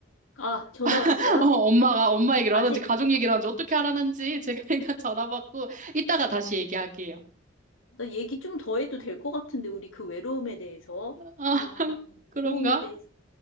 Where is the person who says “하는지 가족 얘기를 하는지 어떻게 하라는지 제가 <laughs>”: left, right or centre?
Right